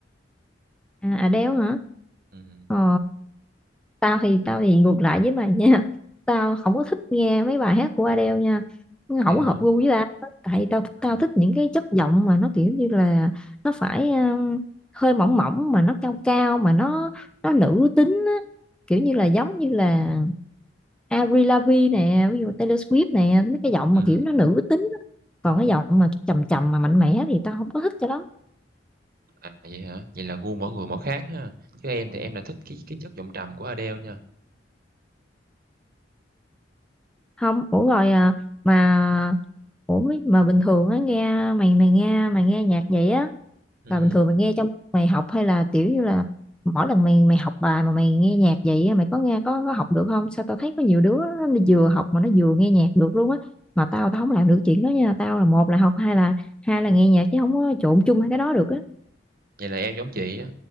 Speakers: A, in the centre; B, on the right.
A: à, Adele hả
B: Ừm,
A: ờ tao thì tao thì ngược lại với mày nha <laughs> tao không có thích nghe mấy bài hát của Adele nha nó
B: vậy
A: không
B: hả?
A: có hợp gu với tao tại tao tao
B: Ừm,
A: thích những cái chất giọng mà nó kiểu như là nó phải um, hơi mỏng mỏng mà nó cao cao mà nó nó nữ tính á. kiểu như là giống như là Avril Lavigne nè ví dụ Taylor Swift nè mấy cái giọng mà
B: ừm,
A: kiểu nó nữ tính á. còn cái giọng mà trầm trầm mà mạnh mẽ thì tao không có thích cho lắm
B: à, vậy hả? Vậy là gu mỗi người mỗi khác ha, chứ em thì em là thích cái cái chất giọng trầm của Adele nha.
A: không ủa rồi à, mà ủa mấy- mà bình thường á nghe mày mày nghe mày nghe nhạc vậy á
B: Ừm,
A: là bình thường mày nghe trong lúc mày học hay là kiểu như là mỗi lần mày mày học bài mà mày nghe nhạc vậy á, mày có nghe có có học được không sao tao thấy có nhiều đứa á, nó vừa học mà nó vừa nghe nhạc được luôn á mà tao tao không làm được chuyện đó nha tao là một là học hai là hai là nghe nhạc chứ không có trộn chung hai cái đó được á
B: vậy là em giống chị á,